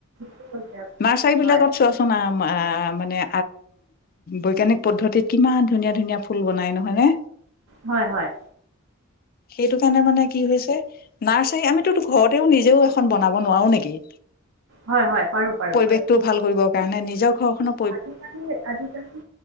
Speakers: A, on the right; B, on the left.
A: কি কৈছে আপুনি
B: নাৰ্চাৰী বিলাকত
A: হয়
B: চোৱাচোন আ মানে বৈজ্ঞানিক পদ্ধতি কিমান ধুনীয়া ধুনীয়া ফুল বনাই নহয়নে
A: হয় হয়।
B: সেইটো কাৰণে মানে কি হৈছে। নাৰ্চাৰী আমিতো ঘৰতেও নিজেও এখন বনাব নোৱাৰো নেকি?
A: হয় হয় পাৰো পাৰো
B: পৰিৱেশটো
A: পাৰো।
B: ভাল কৰিবৰ কাৰণে নিজৰ ঘৰখনক।
A: আজিকালি, আজিকালি,